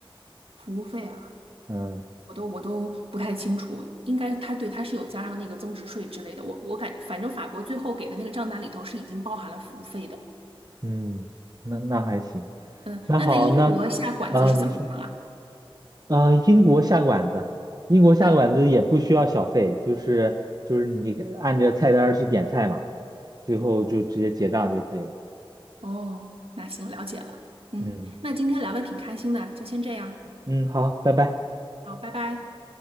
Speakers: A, on the right; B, on the right.
A: 服务费啊，
B: 嗯
A: 我都我都不太清楚，应该他对他是有加上那个增值税之类的。我我感反正法国最后给的那个账单里头是已经包含了服务费的。
B: 嗯，那那还行。
A: 嗯，
B: 那好，
A: 那在英国下馆子是怎么样啊？
B: 那啊，您说啊，英国下馆子，英国下馆子也不需要小费，
A: 嗯，
B: 就是就是你按着菜单儿去点菜嘛，最后就直接结账就可以了。
A: 哦，那行，了解了。嗯，
B: 嗯
A: 那今天聊的挺开心的，就先这样，
B: 嗯，好，拜拜。
A: 好，拜拜。